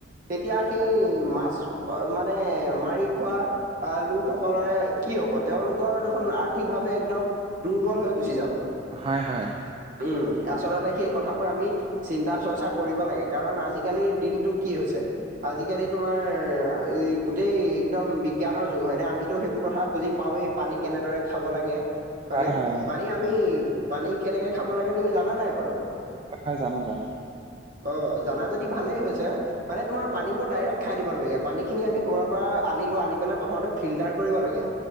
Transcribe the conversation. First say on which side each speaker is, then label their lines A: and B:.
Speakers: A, on the right; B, on the right.
A: তেতিয়া সেই মাছ মানে মাৰি খোৱা। আহ লোকসকলে কি হব তেওঁলোকৰ দেখোন আৰ্থিকভাৱে একদম দুৰ্বল হৈ গুচি যাব।
B: হয় - হয়।
A: উম, আচলতে সেই কথাবোৰ আমি চিন্তা চৰ্চা কৰিব লাগে। কাৰণ আজিকালিৰ দিনটো কি হৈছে? আজিকালি তোমাৰ এই গোটেই একদম বিজ্ঞানৰ যুগ হয় নে আমিতো সেইবোৰ কথা বুজি পাওৱেই পানী কেনেদৰে খাব লাগে হয়নেে
B: হয় হয় অ
A: পানী আমি
B: উম,
A: পানী কেনেকে খাব লাগে তুমি জানা নাই বাৰু?
B: হয় জানো - জানো।
A: অ, জানা যদি ভালেই হৈছে। মানে তোমাৰ পানীবোৰ ডাৰেক খাই দিব নালাগে। পানীখিনি আমি ঘৰৰ পৰা আনো আনি পেলাই প্ৰথমতে ফিল্টাৰ কৰিব লাগে